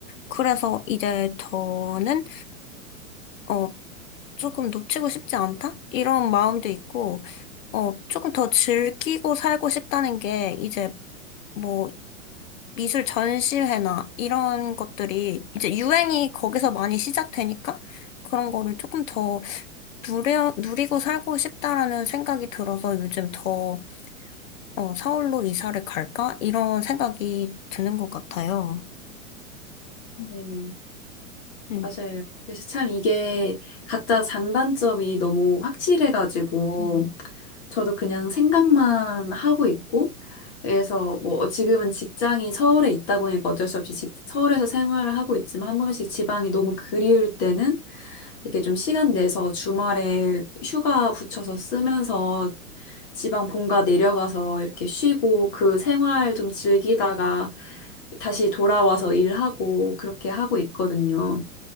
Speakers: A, on the left; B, on the left.
A: 그래서 이제 저는, 어, 조금 놓치고 싶지 않다? 이런 마음도 있고, 어, 조금 더 즐기고 살고 싶다는 게 이제 뭐 미술 전시회나 이런 것들이 이제 유행이 거기서 많이 시작되니까 그런 거를 조금 더 누려, 누리고 살고 싶다라는 생각이 들어서 요즘 더 어, 서울로 이사를 갈까? 이런 생각이 드는 것 같아요.
B: 네.
A: 네.
B: 맞아요. 그래서 참 이게 각자 장단점이 너무 확실해가지고
A: 음.
B: 저도 그냥 생각만 하고 있고, 그래서 뭐 지금은 직장이 서울에 있다 보니까 어쩔 수 없이 직- 서울에서 생활을 하고 있지만 한 번씩 지방이 너무 그리울 때는 이렇게 좀 시간 내서 주말에 휴가 붙여서 쓰면서 지방 본가 내려가서 이렇게 쉬고 그 생활 좀 즐기다가 다시 돌아와서 일하고 그렇게 하고 있거든요.